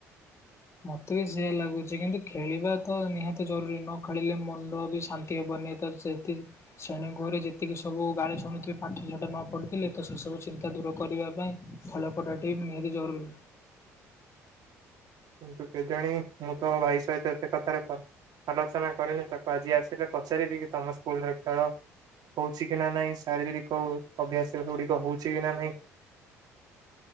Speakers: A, on the left (about 35°); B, on the right (about 60°).
A: ମତେ ବି ସେୟଆ ଲାଗୁଛି କିନ୍ତୁ ଖେଳିବା ତ ନିହାତି ଜରୁରୀ ନ ଖେଳିଲେ ମନ ବି ଶାନ୍ତି ହେବ ନିହାତି ସେଠି ଶ୍ରେଣୀ ଗୃହରେ ଯେତିକି ସବୁ ଗାଳି ଶୁଣୁଥିବେ ପାଠ ଶାଠ ନ ପଢ଼ୁଥିଲେ ତ ସେସବୁ ଚିନ୍ତା ଦୂର କରିବା ପାଇଁ ଖେଳପଡ଼ିଆ ଟି ନିହାତି ଜରୁରୀ
B: କିନ୍ତୁ କେଜାଣି ମୁଁ ତ ଭାଇ ସହିତ ଏତେ କଥାରେ ଫ ଆଲୋଚନା କରିନି ତାକୁ ଆଜି ଆସିଲେ ପଚାରିବି କି ତମ ସ୍କୁଲରେ ଖେଳ ହଉଛି କି ନା ନାଇଁ ଶାରୀରିକ ଅଭ୍ୟାସ ଗୁଡିକ ହଉଛି କି ନା ନହିଁ <inaudible>